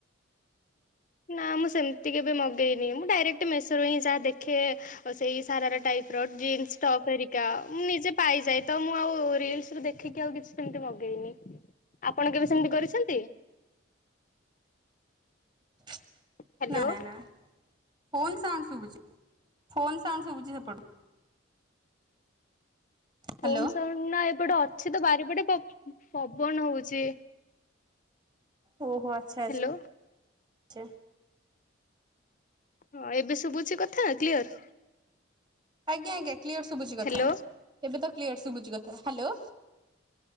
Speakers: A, on the left; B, on the right.
A: ନା ମୁଁ ସେମିତି କେବେ ମଗେଇନି ମୁଁ ଡାଇରେକ୍ଟ ମେସରୁ ହିଁ ଯାହା ଦେଖେ ସେଇ ସାରାର ଟାଇପ ର ଜିନ୍ସ ଟପ୍ରିକା ମୁଁ ନିଜେ ପାଇଯାଏ ତ ମୁଁ ଆଉ ରିଲସ୍ ଦେଖ ଟିକ୍ ଆଉ କିଛି ସେମିତି ମଗେଇନି ଆପଣ କେବେ ସେମିତି କରିଛନ୍ତି।
B: <unintelligible>
A: ହ୍ୟାଲୋ
B: ନା ନା ନା ଫୋନ୍ ସାଉଣ୍ଡ ଶୁଭୁଛି ଫୋନ୍ ସାଉଣ୍ଡ ଶୁଭୁଚି ସେପଟେ। ହ୍ୟାଲୋ।
A: ଫୋନ୍ ସାଉଣ୍ଡ ନା ଏପଟେ ଅଛି ତ ବାରିପଟେ ପବନ ହଉଛି।
B: ଓ ହୋ ଆଚ୍ଛା
A: ହ୍ୟାଲୋ
B: ଆଛା ଆଛା।
A: ହଁ ଏବେ ସବୁ ଅଛି କଥା କ୍ଲିୟର।
B: ଆଜ୍ଞା ଆଜ୍ଞା କ୍ଲିୟର ଶୁଭୁଚ କଥା
A: ହ୍ୟାଲୋ
B: ଏବେ ତ କ୍ଲିୟର ଶୁଭୁଚି କଥା। ହାଲୋ